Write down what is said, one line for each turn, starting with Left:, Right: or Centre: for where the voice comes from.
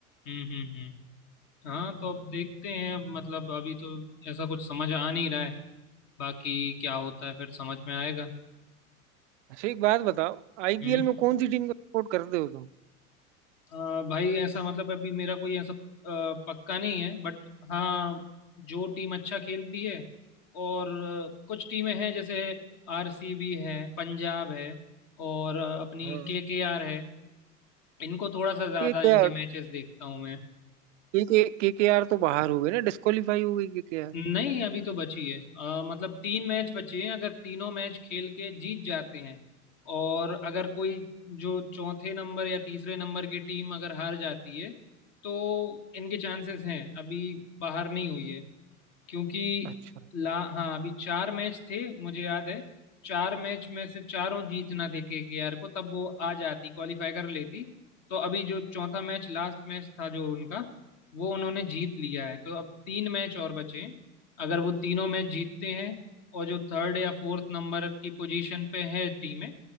Left: हम्म हम्म हम्म हाँ तो अब देखते हैं अब मतलब अभी तो ऐसा कुछ समझ आ नहीं रहा है बाकी क्या होता है फिर समझ में आएगा
Right: अच्छा एक बात बताओ आईपीएल
Left: हम्म
Right: में कौन सी टीम का सपोर्ट करते हो तुम
Left: आ, भाई ऐसा मतलब अभी मेरा कोई ऐसा आ, पक्का नहीं है बट हाँ जो टीम अच्छा खेलती है और आ, कुछ टीमें हैं जैसे आरसीबी है पंजाब है और आ, अपनी
Right: हाँ
Left: केकेआर है इनको थोड़ा सा ज़्यादा
Right: केकेआर
Left: इनके मैचेस देखता हूँ मैं
Right: केके केकेआर तो बाहर हो गए ना डिस्क्वालीफाई हो गई केकेआर
Left: नहीं अभी तो बची है अ, मतलब तीन मैच बचे हैं अगर तीनों मैच खेल के जीत जाते हैं और अगर कोई जो चौथे नंबर या तीसरे नंबर की टीम अगर हार जाती है तो इनके चांसेस हैं अभी बाहर नहीं हुई है क्योंकि
Right: अच्छा
Left: ला हाँ अभी चार मैच थे मुझे याद है चार मैच में से चारों जीतना थे केकेआर को तब वो आ जाती क्वालिफाई कर लेती तो अभी जो चौथा मैच लास्ट मैच था जो उनका वो उन्होंने जीत लिया है तो अब तीन मैच और बचे हैं अगर वो तीनों मैच जीतते हैं और जो थर्ड या फोर्थ नंबर की पोजीशन पे है टीमें